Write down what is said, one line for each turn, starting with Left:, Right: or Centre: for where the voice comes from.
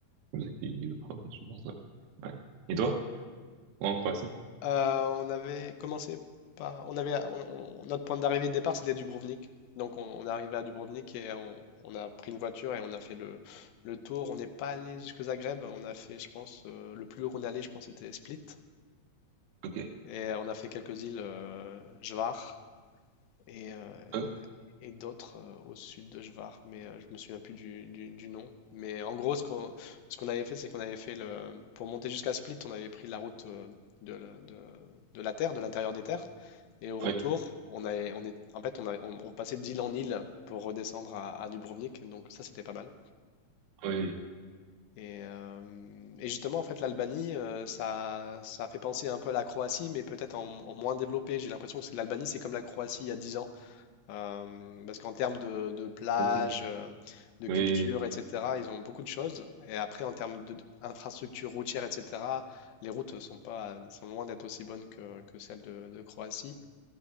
Right: comme ça qu'il dit le prononce, je pense. Ouais. Ouais. Et toi? Ouais, en Croatie?
Left: Euh, on avait commencé par, on avait, on- on- notre point d'arrivée de départ, c'était Dubrovnik. Donc on, on est arrivé à Dubrovnik et on, on a pris une voiture et on a fait le, le tour. On n'est pas allé jusque Zagreb. On a fait, je pense, euh, le plus haut qu'on est allé, je pense, c'était Split.
Right: Ok.
Left: Et euh, on a fait quelques îles, euh, Hvar et, euh,
Right: Euh,
Left: et d'autres euh, au sud de Hvar, mais euh, je me souviens plus du, du- du nom. Mais en gros, ce qu'on ce qu'on avait fait, c'est qu'on avait fait le, pour monter jusqu'à Split, on avait pris la route euh, de, la de- de la terre, de l'intérieur des terres. Et au retour,
Right: oui,
Left: on avait, on est, en fait, on, a- on- on passait d'île en île pour redescendre à, à Dubrovnik, donc ça c'était pas mal.
Right: oui,
Left: Et, euh, et justement, en fait, l'Albanie, euh, ça, ça fait penser un peu à la Croatie, mais peut-être en, en moins développé. J'ai l'impression que c'est- l'Albanie, c'est comme la Croatie il y a 10 ans. Euh, parce qu'en termes de, de plage,
Right: oui, oui. ok, oui,
Left: euh, de culture,
Right: oui, oui.
Left: etc., ils ont beaucoup de choses. Et après, en termes de- d'infrastructures routières, etc., les routes sont pas, sont loin d'être aussi bonnes que, que celles de, de Croatie.